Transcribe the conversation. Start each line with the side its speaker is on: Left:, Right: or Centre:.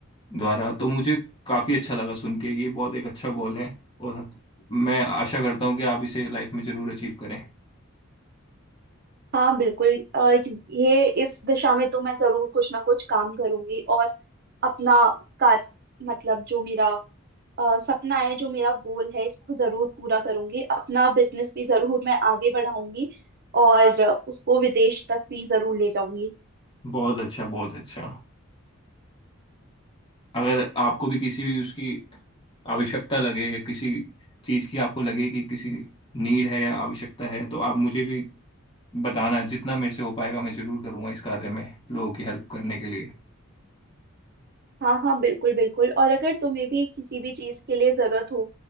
Left: द्वारा तो मुझे काफी अच्छा लगा सुन के ये बहुत एक अच्छा गोल है और मैं आशा करता हूँ कि आप इसे लाइफ में जरूर अचीव करें
Right: हाँ बिल्कुल अ, ये इस दिशा में तो मैं जरूर कुछ ना कुछ काम करूंगी और अपना कार मतलब जो मेरा अ, सपना है जो मेरा गोल है इसको जरूर पूरा करूंगी अपना बिजनेस भी जरूर मैं आगे बढ़ाऊंगी और उसको विदेश तक भी जरूर ले जाऊंगी
Left: बहुत अच्छा बहुत अच्छा अगर आपको भी किसी भी उसकी आवश्यकता लगे या किसी चीज की आपको लगे कि किसी नीड है या आवश्यकता है तो आप मुझे भी बताना जितना मेरे से हो पाएगा मैं जरूर करूंगा इस कार्य में लोगों की हेल्प करने के लिए
Right: हाँ हाँ बिल्कुल बिल्कुल और अगर तुम्हें भी किसी भी चीज के लिए जरूरत हो